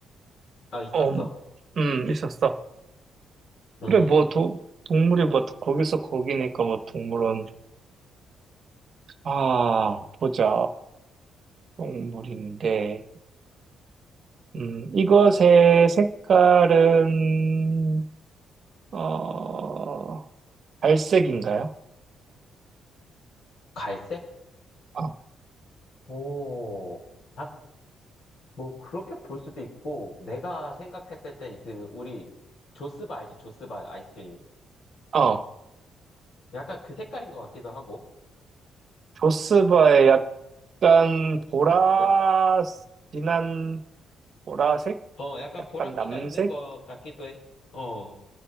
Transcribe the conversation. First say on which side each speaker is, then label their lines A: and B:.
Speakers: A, on the left; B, on the right.
A: 아, 있었어.
B: 어, 음, 음, 있었어.
A: 음,
B: 그래, 뭐, 도, 동물이 뭐, 거기서 거기니까 뭐, 동물원. 아, 보자. 동물인데. 음, 이것의 색깔은, 어, 갈색인가요?
A: 갈색?
B: 어,
A: 오, 딱, 뭐, 그렇게 볼 수도 있고, 내가 생각했을 때, 그, 우리, 조스바 알지? 조스바 아이스크림.
B: 어. 어.
A: 약간 그 색깔인 것 같기도 하고,
B: 조스바의 약간 보라,
A: <laughs>
B: 진한 보라색?
A: 어, 약간
B: 약간
A: 보라끼가
B: 남색?
A: 있는 것 같기도 해. 어,